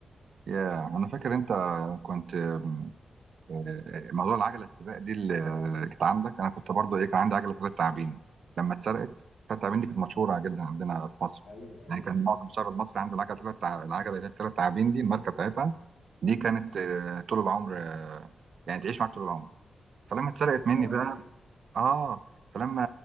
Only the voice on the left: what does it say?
ايوه ايوه
ايوه
يعتمد
عليها